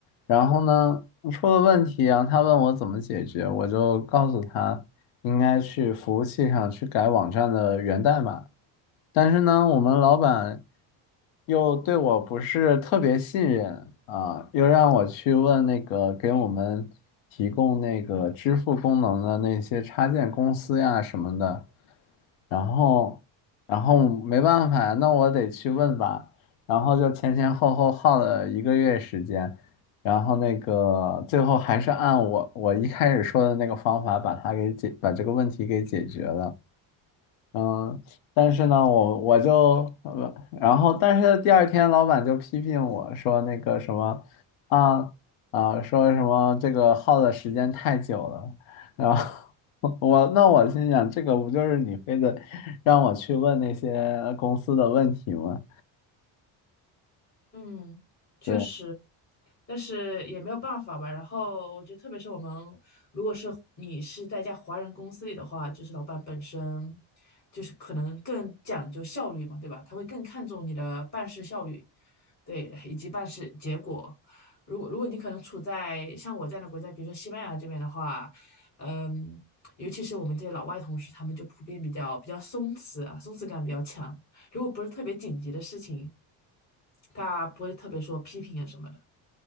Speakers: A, on the left (about 75°); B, on the left (about 30°).
A: 然后呢，出了问题啊，然后他问我怎么解决，我就告诉他应该去服务器上去改网站的源代码。但是呢，我们老板又对我不是特别信任啊，又让我去问那个给我们提供那个支付功能的那些插件公司呀什么的。然后，然后没办法，那我得去问吧。然后就前前后后耗了一个月时间，然后那个最后还是按我我一开始说的那个方法把它给解，把这个问题给解决了。嗯，但是呢，我我就，呃然后，但是第二天老板就批评我说那个什么，啊啊，说什么这个耗的时间太久了，然后 <laughs> 我那我心想，这个不就是你非得让我去问那些公司的问题吗？
B: 嗯，确实。
A: 对。
B: 但是也没有办法吧。然后我觉得，特别是我们如果是你是在一家华人公司里的话，就是老板本身就是可能更讲究效率嘛，对吧？他会更看重你的办事效率，对，以及办事结果。如果如果你可能处在像我这样的国家，比如说西班牙这边的话，嗯，尤其是我们这些老外同事，他们就普遍比较比较松弛啊，松弛感比较强。如果不是特别紧急的事情，他不会特别说批评啊什么，的。